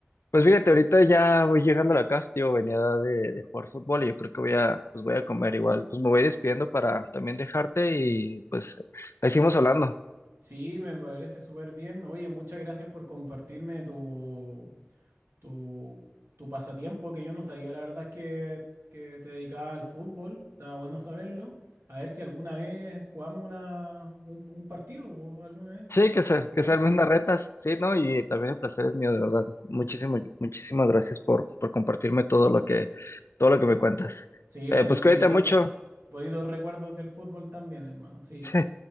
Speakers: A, on the left; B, on the right.
A: pues fíjate, ahorita ya voy llegando a la casa, tío, venía de, de jugar fútbol y yo creo que voy a, pues voy a comer igual. Pues me voy despidiendo para también dejarte y pues ahí seguimos hablando.
B: Sí, me parece súper bien. Oye, muchas gracias por compartirme tu, tu, tu pasatiempo, que yo no sabía, la verdad es que, que te dedicabas al fútbol. Está bueno saberlo. A ver si alguna vez jugamos una, un, un partido, po, alguna vez,
A: Sí, que se,
B: si ¿te
A: que
B: parece?
A: salven unas retas, sí, ¿no? Y también el placer es mío, de verdad. Muchísimo, muchísimas gracias por, por compartirme todo lo que, todo lo que me cuentas.
B: Sí,
A: Eh,
B: también
A: pues cuídate
B: bonito,
A: mucho. <laughs>
B: bonitos recuerdos del fútbol también, hermano. Sí.
A: Sí,